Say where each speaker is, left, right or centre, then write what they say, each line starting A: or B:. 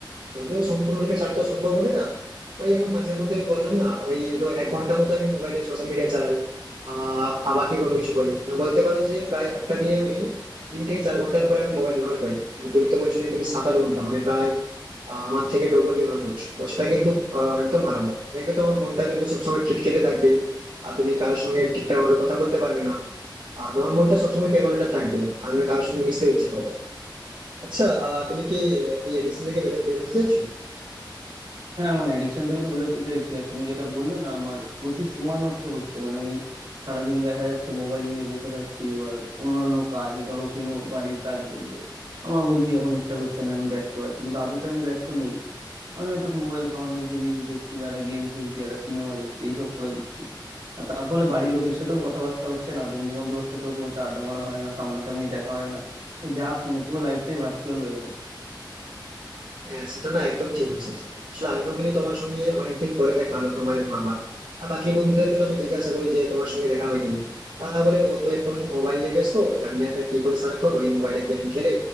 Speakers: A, on the right; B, on the right.
A: যদিও সম্পূর্ণরূপে ছাড়া তো সম্ভব হবে না ওই এখন মাঝে মধ্যে আমি বললাম না ওই তো এক ঘন্টা মতো আমি মোবাইলে সোশ্যাল মিডিয়া চালাই আহ আর বাকি কোনো কিছু করি না। বলতে পারো যে প্রায় একটা দিনে আমি তিন থেকে চার ঘন্টার উপরে আমি মোবাইল ব্যবহার করি তুমি তো বলছো না তুমি সাত আট ঘন্টা মানে প্রায় আহ, আমার থেকে ডবল ব্যবহার করছো তো সেটা কিন্তু আহ, একদম ভালো না দেখবে তোমার মনটা কিন্তু সবসময় খিটখিটে থাকবে আর তুমি কারোর সঙ্গে ঠিকঠাক ভাবে কথা বলতে পারবে না আর তোমার মনটা সবসময় কেমন একটা থাকবে আর তুমি কারোর সঙ্গে মিশতে ইচ্ছে করো আচ্ছা আহ তুমি কি আহ, এই এডিকশন থেকে বেরো- বেরোতে চাইছো
B: হ্যাঁ মানে অ্যাডিকশন থেকে তো বেরোতে চাইছি আর তুমি যেটা বললে না আমার প্রচুর সময় নষ্ট হচ্ছে মানে আমি সারাদিন দেখা যাচ্ছে মোবাইল নিয়ে বসে থাকছি এবার অন্যান্য কাজ ধরো কেন বাড়ির কাজ বললো আমার বলছি এখন ইচ্ছা করছে না এখন ব্যস্ত আছি কিন্তু আদতে আমি ব্যস্ত নেই আমি এত মোবাইলে সামান্য কিছু রিলস দেখছি বা একটা গেম খেলছি একটা সিনেমা দেখছি এইসব করে দিচ্ছি আর তার ফলে বাড়ির লোকের সাথেও কথাবার্তা হচ্ছে না বন্ধু বান্ধবের সাথেও খুব একটা আড্ডা মারা হয় না সামনাসামনি দেখা হয় না ওই যা মানে পুরো লাইফটাই ভার্চুয়াল হয়ে গেছে
A: হ্যাঁ সেটা না একদম ঠিক বলছো আসলে আমিও কিন্তু তোমার সঙ্গে অনেকদিন পরে দেখা হলো তোমার এবং আমার আর বাকি বন্ধুদেরকে তো আমি জিজ্ঞাসা করি যে তোমার সঙ্গে দেখা হয় কিনা তারা বলে ও তো এখন মোবাইল নিয়ে ব্যস্ত জানি না তার কি করে সারা করে ওই মোবাইলে গেম খেলে